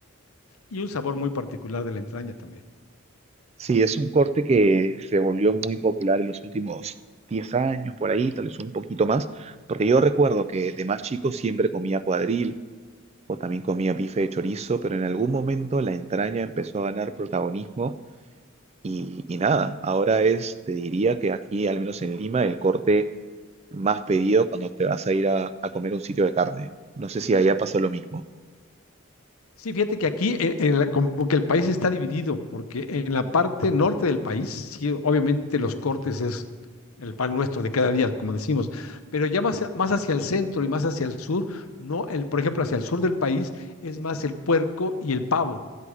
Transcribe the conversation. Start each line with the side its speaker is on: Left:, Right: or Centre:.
Left: Y un sabor muy particular de la entraña también.
Right: Sí, es un corte que se volvió muy popular en los últimos 10 años, por ahí, tal vez un poquito más, porque yo recuerdo que de más chico siempre comía cuadril o también comía bife de chorizo, pero en algún momento la entraña empezó a ganar protagonismo y, y nada, ahora es, te diría que aquí, al menos en Lima, el corte más pedido cuando te vas a ir a, a comer a un sitio de carne. No sé si allá pasó lo mismo.
Left: Sí, fíjate que aquí eh, en la- como que el país está dividido, porque en la parte norte del país, sí, obviamente los cortes es el pan nuestro de cada día, como decimos, pero ya más, más hacia el centro y más hacia el sur, no, el, por ejemplo, hacia el sur del país es más el puerco y el pavo,